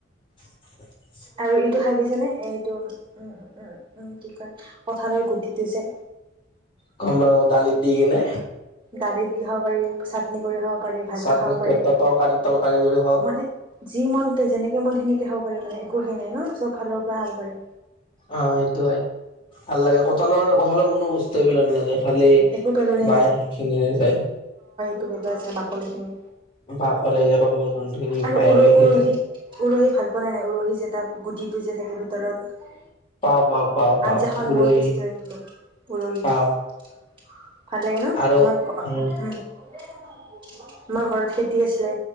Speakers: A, on the left; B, on the right.
A: <unintelligible>
B: আৰু এইটো খাই পাইছে নে এইটো উম উম উ কি কয় কঠালৰ গুটিটো যে
A: কমব দালিত দি কিনে
B: দালিত দি হক পাৰি চাটনি কৰি হওক পাৰি ভাজি
A: চাটনি
B: খাব পাৰি
A: তৰকাৰী তৰকাৰী কৰি খাওঁ
B: মানে যি মনতে যেনে যিমানখিনিকে হব পাৰে মানে একো হেই নাই ন চব ফালৰ পৰা খাৱ পাৰে
A: অ সেইটো ভাল লাগে কঠাল মানে কঠাল কোনো বস্তু এইবাক নাযায় ফালে
B: একো পেলনি
A: বায় সেইখিনিয়ে যায়
B: ভিতৰত যে আছে বাকলিখিনি
A: বা কলে কলৰ যোনখিনি
B: আৰু
A: বাহিৰ
B: উৰ উৰহিত
A: সেইখিনি থাকে
B: উৰহি ভাল পোৱা নাই নাই উৰহি যে এটা গ যিটো যে থাকে ভিতৰত
A: পাও পাও পাও পাও
B: আঞ্জাখন
A: উৰহি
B: বহুত টেষ্টি হয় কিন্তু উৰহি
A: পাও।
B: <unintelligible> ভাল লাগে ন
A: আৰু
B: আমাৰ
A: উম
B: আমাৰ ঘৰত খেতি আছিলে